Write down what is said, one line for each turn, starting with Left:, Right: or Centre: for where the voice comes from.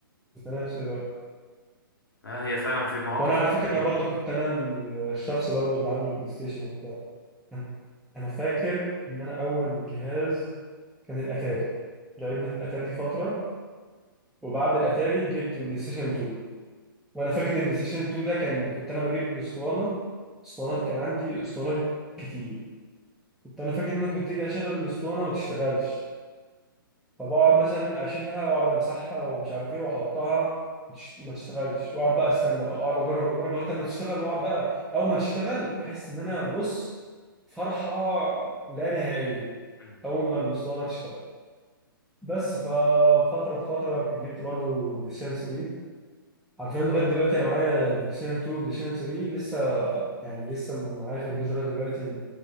Centre: في نفس الوقت
Left: لا هي فعلا في مواقف
Centre: وانا على
Left: كتيرة
Centre: فكره انا برضه كنت انا ال- الشخص برضه اللي عنده بلاي ستيشن وبتاع انا أنا فاكر ان انا اول جهاز كان الاتاري لعبنا في الاتاري دي فتره وبعد الاتاري جبت بلاي ستيشن 2 وانا فاكر ان بلاي ستيشن 2 ده كان كنت انا بجيب الاسطوانه اسطوانات كان عندي اسطوانات كتير كنت انا فاكر ان انا كنت اجي اشغل الاسطوانه ما تشتغلش فبقعد مثلا اشيلها واقعد امسحها ومش عارف ايه واحطها متش- ما تشتغلش واقعد بقى استنى بقى اقعد اجرب اجرب لغايه ما تشتغل واقعد بقى اول ما تشتغل احس ان انا بص فرحه لا نهائيه
Left: أمم.
Centre: اول ما الاسطوانه تشتغل بس ففتره بفتره فتره جبت برضو بلاي ستيشن 3 عارفين لغايه دلوقتي انا معايا بلاي ستيشن 2 بلاي ستيشن 3 لسه يعني لسه معايا في البيت لغايه دلوقتي